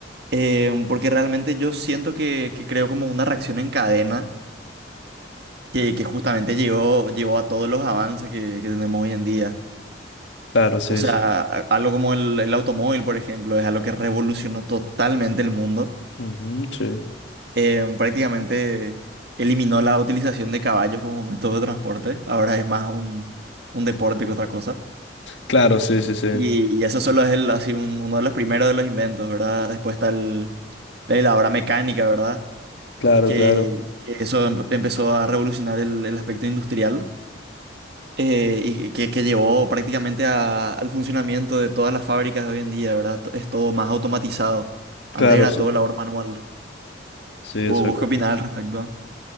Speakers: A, on the right; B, on the left.
A: Em, porque realmente yo siento que, que creo como una reacción en cadena que, que justamente llevó, llevó a todos los avances que, que tenemos hoy en día.
B: claro, sí,
A: O sea,
B: sí.
A: a- algo como el, el automóvil, por ejemplo, es algo que revolucionó totalmente el mundo.
B: Ujú, sí.
A: Eh, prácticamente eliminó la utilización de caballos como método de transporte. Ahora es más un, un deporte que otra cosa.
B: Claro, sí, sí, sí.
A: Y, y eso solo es el, así un- uno de los primeros de los inventos, ¿verdad? Después está el, la heladora mecánica, ¿verdad?
B: Claro,
A: Que,
B: claro,
A: que eso em- empezó a revolucionar el, el aspecto industrial. eh, y que, que llevó prácticamente a- al funcionamiento de todas las fábricas de hoy en día, ¿verdad? To- Es todo más automatizado.
B: claro,
A: Antes era
B: sí.
A: todo labor manual.
B: Sí, eso
A: ¿Vos, vos qué opinás al respecto?